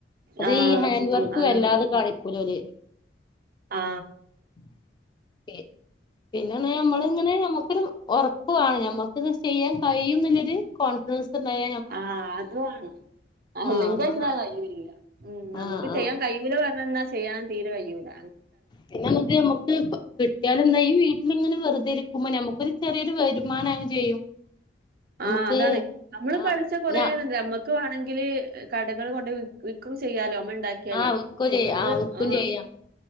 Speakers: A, on the left; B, on the right.
A: അത്
B: ആ
A: ഈ ഹാൻഡ്
B: സ്റ്റിച്ചിങ്
A: വർക്ക്
B: ആണ്
A: വല്ലാതെ കാണിക്കൂലോ അല്ലേ
B: ആ
A: <inaudible> പിന്നെണ നമ്മളിങ്ങനെ നമുക്കൊരു ഉറപ്പാണ് നമ്മുക്ക് ഇത് ചെയ്യാൻ കഴിയും എന്ന് ഇല്ലെരു കോ <unintelligible>
B: ആഹ് അത് വാണ് അല്ലെങ്കി
A: ആഹ് അതുകൊണ്ടാണ്
B: ച് <unintelligible> ഉം നമുക്ക്
A: ആഹ് ആഹ്
B: ചെയ്യൻ കയൂല പറഞ്ഞന്നാ ചെയ്യാൻ തീരെ കയ്യൂല
A: പിന്നെ ഞമ്മക്ക് ഞമ്മക്ക് കി കിട്ടിയാല് എന്താ ഈ വീട്ടിലിങ്ങെ വെറുതെ ഇരിക്കുമ്പോ നമുക്കൊരു ചെറിയൊരു വരുമാനം ആവും ചെയ്യും നമുക്ക്
B: ആഹ് അതാണ് നമ്മള്
A: ആഹ്
B: പഠിച്ച കൊറേണ്ട്
A: ഞാ
B: ഞമ്മ വാണെങ്കിൽ കടകളിൽ കൊണ്ട് വിക്കെക്കെ ചെയ്യാലോ ഞമ്മ ഉണ്ടാക്കിയാലേ
A: ആഹ് വിക്കും ചെയ്യാം
B: നമ്മള്
A: വിക്കും
B: ആഹ്
A: ചെയ്യാം